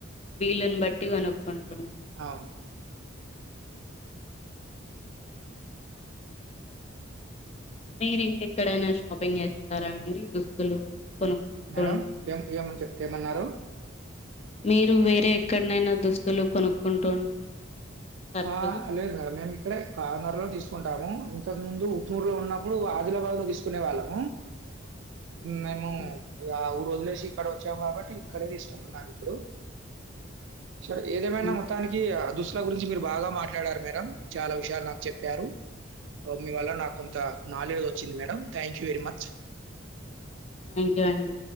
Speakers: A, on the left; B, on the right.
A: వీలుని బట్టి కనుక్కుంటా
B: అవును
A: మీరు ఇంకా ఎక్కడైనా షాపింగ్ చేస్తారా అండి దుస్తులు కొనుక్కుంటూ
B: మేడం
A: ఉంటారా
B: ఏం <unintelligible> ఏమన్నారు
A: మీరు వేరే ఎక్కడనైనా దుస్తులు కొనుక్కుంటు ఉంటారా అండి తరచుగా
B: ఆ లేదు మేడం మేము ఇక్కడే కార్నర్ లో తీసుకుంటాము ఇంతకు ముందు <unintelligible> లో ఉన్నప్పుడు ఆదిలాబాద్ లో తీసుకునే వాళ్ళము
A: అవునండి
B: మేము <unintelligible> వదిలేసి ఇక్కడ వచ్చాం కాబట్టి ఇక్కడే తీసుకుంటున్నాను ఇప్పుడు సరే
A: అవునండి
B: ఏదేమైనా మొత్తానికి దు <unintelligible> గురించి మీరు బాగా మాట్లాడారు మేడం చాలా విషయాలు నాకు చెప్పారు మీ వల్ల నాకు కొంత నాలెడ్జ్ వచ్చింది madam thank you very much
A: thank you అండి